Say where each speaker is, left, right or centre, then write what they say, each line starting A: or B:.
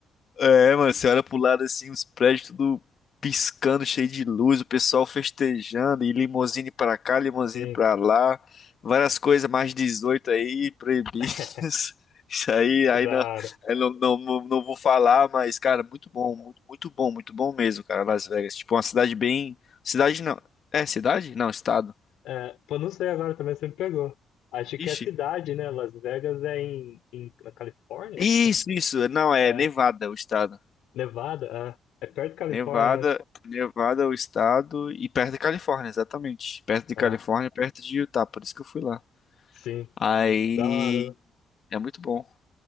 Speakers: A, on the left; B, on the left.
A: É, mano, você olha pro lado assim, os prédios tudo piscando, cheio de luz, o pessoal festejando, e limousine pra cá, limousine
B: Sim.
A: pra lá, várias coisas mais 18 aí, proibidas.
B: <laughs>
A: <laughs> Isso aí, aí
B: Da
A: não,
B: hora.
A: aí não, não, não não vou falar, mas, cara, muito bom, muito, muito bom, muito bom mesmo, cara, Las Vegas. Tipo, uma cidade bem. Cidade não. É, cidade? Não, estado.
B: É, pô, não sei agora também se me pegou. Acho que
A: Ixi.
B: é cidade, né? Las Vegas é em, em na Califórnia?
A: Isso, isso. Não, é
B: É.
A: Nevada, o estado.
B: Nevada? É. É perto da Califórnia,
A: Nevada,
B: acho.
A: Nevada é o estado e perto de Califórnia, exatamente. Perto de
B: Ah,
A: Califórnia, perto de Utah, por isso que eu fui lá.
B: sim.
A: Aí
B: Da hora. né?
A: é muito bom,